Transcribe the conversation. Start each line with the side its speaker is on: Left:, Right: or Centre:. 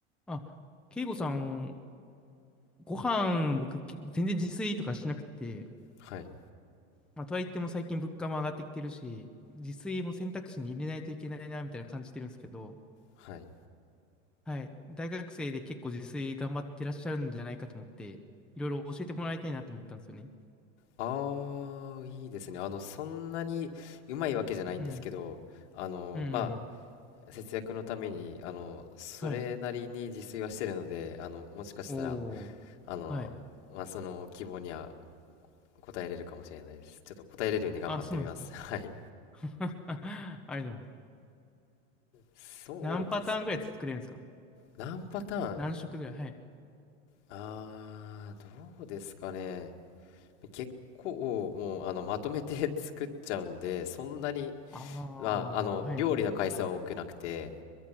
Centre: あ、慶吾さん、あの、ご飯、僕、き全然自炊とかしなくて、
Left: はい。
Centre: まあ、とはいっても最近物価も上がってきてるし、自炊も選択肢に入れないといけないな、みたいな感じてるんですけど、
Left: はい。
Centre: はい、大学生で結構自炊頑張ってらっしゃるんじゃないかと思って、いろいろ教えてもらいたいなと思ったんですよね。
Left: ああ、いいですね。あの、そんなにうまいわけじゃないんですけど、
Centre: うん、
Left: あの、
Centre: うん、
Left: まあ、節約のために、あの、それなりに自炊はしてるので、
Centre: はい。
Left: あの、もしかしたら、
Centre: おー、
Left: あの、
Centre: はい。
Left: まあ、その希望には応えれるかもしれないです。ちょっと応えれるように頑張ってみます。
Centre: あ、そうなんですね。
Left: <laughs> はい。
Centre: <laughs> ありがとうございます。
Left: そうですね。
Centre: 何パターンぐらい作れるんですか
Left: 何パターン
Centre: 何色ぐらいはい。
Left: ああー、どうですかね。結構、もう、あの、まとめて <laughs> 作っちゃうんで、そんなに、
Centre: ああ、
Left: まあ、あの、
Centre: はいはい。
Left: 料理の回数は多くなくて、